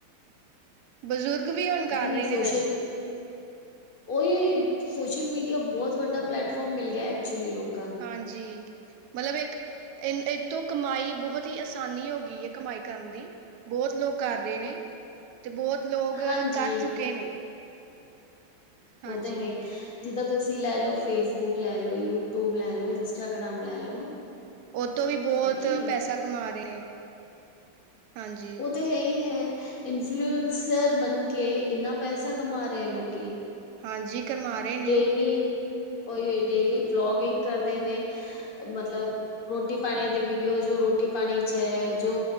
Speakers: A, on the right (about 75°); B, on the left (about 40°).
A: ਬਜ਼ੁਰਗ ਵੀ ਹੁਣ
B: ਲੇਕਿਨ
A: ਕਰ ਰਹੇ
B: ਇਹ ਸੋਸ਼ਲ
A: ਨੇ ਵੈਸੇ
B: ਉਹੀ ਉਹੀ ਸੋਸ਼ਲ ਮੀਡੀਆ ਬਹੁਤ ਵੱਡਾ ਪਲੇੈਟਫਾਰਮ ਮਿਲ ਗਿਆ, ਐਕਚੁਲੀ ਲੋਕ
A: ਹਾਂਜੀ ਮਤਲਬ ਇੱਕ ਇ ਇਹਤ ਤੋਂ ਕਮਾਈ ਬਹੁਤ ਹੀ ਆਸਾਨੀ ਹੋ ਗਈ ਹੈ, ਕਮਾਈ ਕਰਨ ਦੀ। ਬਹੁਤ ਲੋਕ ਕਰ ਰਹੇ ਨੇ, ਤੇ ਬਹੁਤ ਲੋਕ
B: ਹਾਂਜੀ
A: ਕਰ ਚੁੱਕੇ ਨੇ। ਹਾਂਜੀ,
B: ਉਹ ਤਾਂ ਹੈ, ਜਿੱਦਾਂ ਤੁਸੀਂ ਲੈ ਲਓ ਫੇਸਬੁੱਕ ਲੈ ਲੋਓ, ਯੂਟਿਊਬ ਲੈ ਲਓ ਇੰਸਟਾਗ੍ਰਾਮ ਲੈ ਲਓ
A: ਔ ਤੋਂ ਵੀ ਬਹੁਤ
B: ਹੈ ਕਿ ਨਹੀਂ
A: ਪੈਸਾ ਕਮਾ ਰਹੇ ਨੇ ਹਾਂਜੀ,
B: ਉਹ ਤੇ ਹੈ ਹੀ ਹੈ। ਇਨਫਲੂਐੰਸਰ ਬਣ ਕੇ, ਇੰਨਾ ਪੈਸਾ ਕਮਾ ਰਹੇ ਲੋਕੀ
A: ਹਾਂਜੀ ਕਮਾ ਰਹੇ ਨੇ।
B: ਡੇਲੀ ਉਹੀ, ਡੇਲੀ ਵਲੋਗਿੰਗ ਕਰਦੇ ਨੇ ਮਤਲਬ ਰੋਟੀ ਪਾਣੀ ਦੇ ਵੀਡੀਓ, ਜੋ ਰੋਟੀ ਪਾਣੀ ਚ ਹੈ ਜੋ